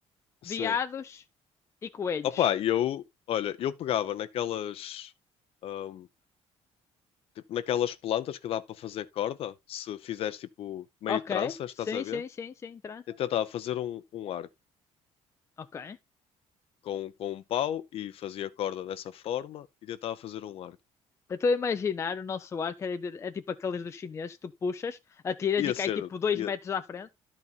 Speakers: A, on the left; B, on the left.
A: sim.
B: veados e coelhos.
A: Opa, e eu, olha, eu pegava naquelas, ahm, tipo, naquelas plantas que dá para fazer corda, se fizeres tipo meio
B: Ok,
A: tranças,
B: sim,
A: estás a ver?
B: sim, sim, sim, trança.
A: Eu tentava fazer um, um arco
B: Ok.
A: com, com um pau e fazia corda dessa forma e tentava fazer um arco.
B: Eu estou a imaginar o nosso arco é, é tipo aqueles dos chineses que tu puxas, atiras
A: Ia
B: e cai
A: ser,
B: tipo dois
A: ia,
B: metros à frente.